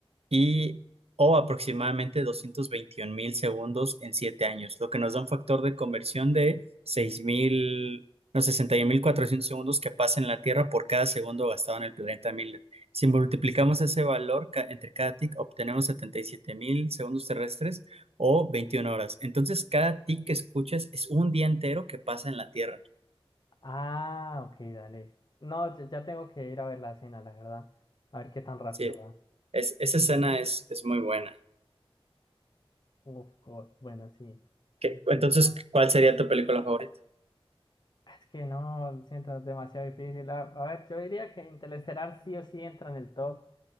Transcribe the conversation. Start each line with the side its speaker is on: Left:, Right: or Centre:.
Right: y o aproximadamente doscientos veintiún mil segundos en 7 años, lo que nos da un factor de conversión de 6.000 no, 61.400 segundos que pasa en la Tierra por cada segundo gastado en el planeta Miller. Si multiplicamos ese valor ca- entre cada tick, obtenemos 77.000 segundos terrestres o 21 horas. Entonces, cada tick que escuchas es un día entero que pasa en la Tierra.
Left: Ah, ok, dale. No, ya, ya tengo que ir a ver la cena, la verdad. A ver qué tan rápido
Right: Sí,
Left: va.
Right: es- esa escena es, es muy buena.
Left: Uf, God, bueno, sí.
Right: ¿Qué-
Left: Sí, sí,
Right: Entonces,
Left: sí, ya.
Right: ¿cuál sería tu película favorita?
Left: Es que no, lo siento, es demasiado difícil. A, a ver, yo diría que Interestelar sí o sí entra en el top.